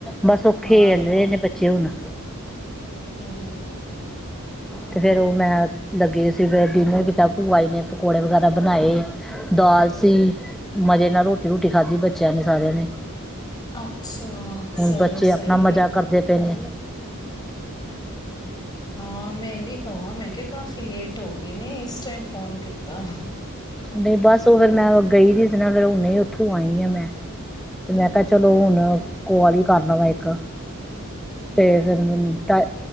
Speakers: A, in the centre; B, on the left.
A: ਬਸ ਉਹ ਖੇਲ
B: ਹਾਂ,
A: ਰਹੇ ਨੇ ਬੱਚੇ ਹੁਣ।
B: ਹੂੰ।
A: ਤੇ ਫਿਰ ਉਹ ਮੈਂ ਲੱਗੇ ਸੀ ਡਿਨਰ ਕੀਤਾ ਭੂਆ ਨੇ ਪਕੌੜੇ ਵਗੈਰਾ ਬਣਾਏ, ਦਾਲ ਸੀ ਮਜੇ ਨਾਲ ਰੋਟੀ-ਰੂਟੀ ਖਾਧੀ ਬੱਚਿਆਂ ਨੇ ਸਾਰਿਆਂ ਨੇ
B: ਅੱਛਾ,
A: ਹੁਣ
B: ਚਲੋ
A: ਬੱਚੇ
B: ਸਹੀ
A: ਆਪਣਾ ਮਜ਼ਾ
B: ਏ।
A: ਕਰਦੇ ਪਏ ਨੇ।
B: ਹਾਂ ਮੈਂ ਵੀ ਕਵਾ ਮੈਂ ਕਿਹਾ ਕਾਫੀ ਲੇਟ ਹੋ ਗਏ ਨੇ ਇਸ ਟਾਈਮ ਫੋਨ ਕੀਤਾ।
A: ਨਹੀਂ ਬਸ ਉਹ ਫਿਰ ਮੈਂ ਗਈ ਰ ਸੀ ਨਾ ਫਿਰ ਹੁਨ ਉੱਥੋਂ ਆਈ ਆ ਮੈਂ ਤੇ ਮੈਂ ਕਿਹਾ ਚਲੋ ਹੁਣ ਕਾਲ ਹੀ ਕਰ ਲਵਾਂ ਇੱਕ ਤੇ ਫਿਰ ਰ ਮੈਨੂੰ ਟਾ